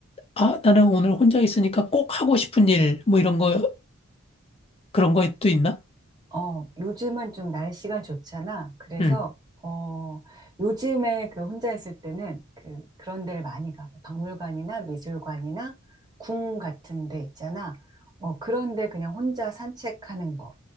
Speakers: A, on the left; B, on the right.
A: 아, 나는 오늘 혼자 있으니까 꼭 하고 싶은 일, 뭐 이런 거, 그런 것도 있나?
B: 어, 요즘은 좀 날씨가 좋잖아. 그래서,
A: 응.
B: 어, 요즘에 그 혼자 있을 때는 그, 그런 데를 많이 가. 뭐 박물관이나 미술관이나 궁 같은 데 있잖아. 어, 그런데 그냥 혼자 산책하는 거.